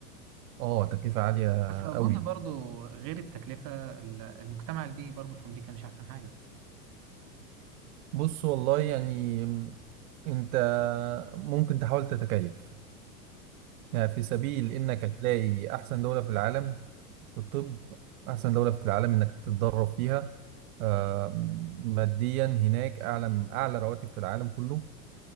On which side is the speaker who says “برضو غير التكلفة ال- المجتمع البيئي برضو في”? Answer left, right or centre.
Right